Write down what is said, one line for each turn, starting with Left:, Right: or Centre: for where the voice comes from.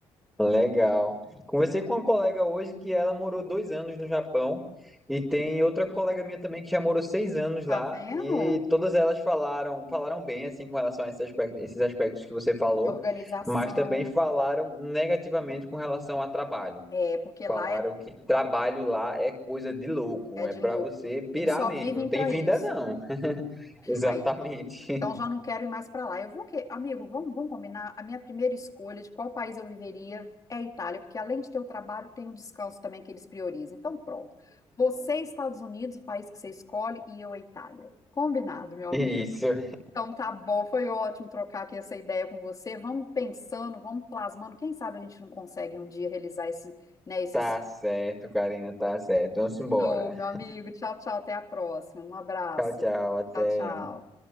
Centre: Legal. Conversei com uma colega hoje que ela morou dois anos no Japão e tem outra colega minha também que já morou seis anos
Left: Tá
Centre: lá
Left: vendo?
Centre: e todas elas falaram falaram bem assim com relação a esses aspectos, esses aspectos que você falou,
Left: De organização,
Centre: mas também falaram negativamente com relação a trabalho.
Left: é, porque
Centre: Falaram
Left: lá é,
Centre: que trabalho lá é coisa de louco,
Left: é
Centre: é
Left: de
Centre: pra
Left: louco.
Centre: você pirar
Left: Eles só
Centre: mesmo,
Left: vivem
Centre: não tem
Left: para
Centre: vida
Left: isso.
Centre: não. <laughs> Exatamente.
Left: Aí, então, então já não quero ir mais para lá. Eu vou que, amigo, vamos, vamos combinar. A minha primeira escolha de qual país eu viveria é a Itália, porque além de ter o trabalho, tem o descanso também que eles priorizam. Então, pronto. Você, Estados Unidos, o país que você escolhe, e eu, a Itália. Combinado, meu amigo.
Centre: Isso.
Left: Então tá bom, foi ótimo trocar aqui essa ideia com você. Vamos pensando, vamos plasmando. Quem sabe a gente não consegue um dia realizar esse, né, esse
Centre: Tá certo, Karina, tá certo. Vamos embora.
Left: sonho, meu amigo. Tchau, tchau, até a próxima. Um abraço.
Centre: Tchau, tchau, até.
Left: Tchau, tchau.